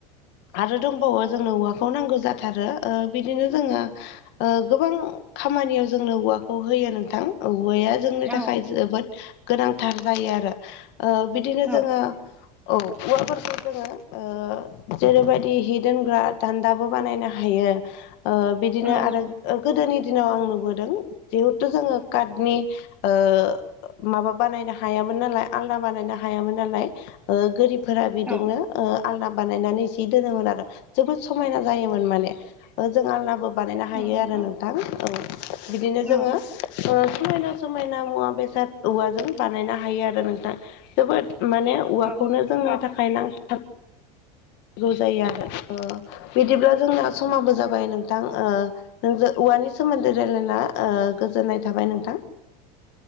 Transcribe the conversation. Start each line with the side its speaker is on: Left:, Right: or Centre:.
Left: आरो दंबावो जोंनो औवाखौ नांगौ जाथारो बिदिनो जोङो ओ गोबां खामानियाव जोंनो औवाखौ होयो नोंथां औवाया जोंनि
Centre: औ
Left: थाखाय जोबोद गोनांथार जायो आरो बिदिनो
Centre: औ
Left: जोङो औ औवाफोरखौ जोङो जेरैबायदि हि दोनग्रा दान्दाबो बानायनो हायो बिदिनो
Centre: औ
Left: आरो
Centre: नंगौ
Left: गोदोनि दिनाव आं नुबोदों जिहेथु जोङो काटनि ओ माबा बानायनो हायामोन नालाय आलना बानायनो हायामोन नालाय गोरिबफोरा बेजोंनो
Centre: औ
Left: आलना बानायनानै सि दोनोमोन आरो जोबोद समायना जायोमोन माने जों आलनाबो बानायनो हायो
Centre: औ नंगौ
Left: आरो नोंथां औ बिदिनो
Centre: औ
Left: जोङो समायना समायना मुवा बेसाद औवाजों बानायनो हायो आरो नोंथां जोबोद माने औवाखौनो
Centre: औ
Left: जोंनो थाखाय नांगौ नांगौ जायो आरो बिदिब्ला जोंना समाबो जाबाय नोंथां नोंजों औवानि सोमोन्दै रायज्लायना गोजोननाय थाबाय नोंथां